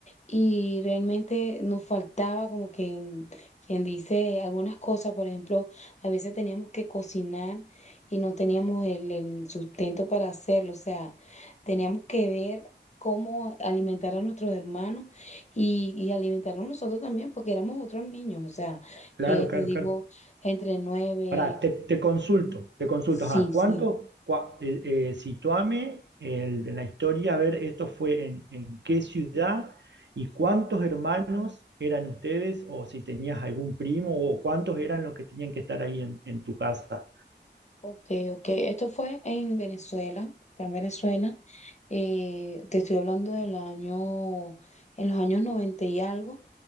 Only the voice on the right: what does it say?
claro,
claro,
claro.
Ahora, te, te consulto, te consulto,
ajá,
¿cuánto, cua- eh, eh, situame el, de la historia, a ver, esto fue en, en qué ciudad y cuántos hermanos eran ustedes o si tenías algún primo o cuántos eran los que tenían que estar ahí en, en tu casa?